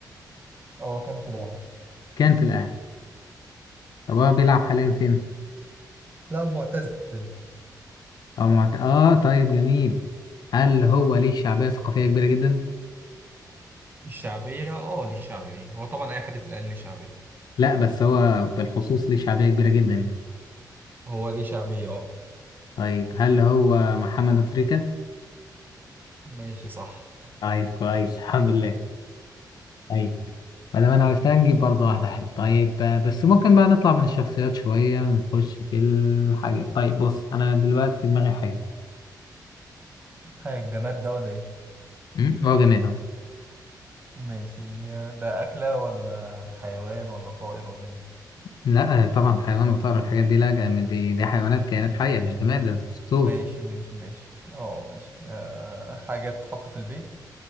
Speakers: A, on the right; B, on the left.
A: اه كان في الاهلي
B: كان في الأهلي طب هو بيلعب حاليا فين
A: لا معتزل
B: أو معت... اه طيب جميل هل هو ليه شعبية ثقافية كبيرة جدا
A: الشعبية اه ليه شعبية هو طبعا أي حد في الأهلي ليه شعبية
B: لا بس هو بالخصوص ليه شعبية كبيرة جدا يعني
A: هو ليه شعبية اه
B: طيب هل هو محمد أبو تريكة
A: ماشي صح
B: طيب كويس الحمد لله طيب ما دام انا عرفتها نجيب برضه واحدة حلوة طيب آه، بس ممكن بقى نطلع من الشخصيات شوية ونخش في الحاجات طيب بص انا دلوقتي في دماغي حاجة
A: حاجة الجماد ده ولا ايه؟
B: مم، هو جماد اهو
A: ماشي ده أكلة ولا حيوان ولا طائر ولا ايه؟
B: لا آه، طبعا حيوان وطائر الحاجات دي لا جماد دي, دي حيوانات كائنات حية مش جماد ده دستور
A: ماشي ماشي ماشي اه ماشي آه، حاجة بتتحط في البيت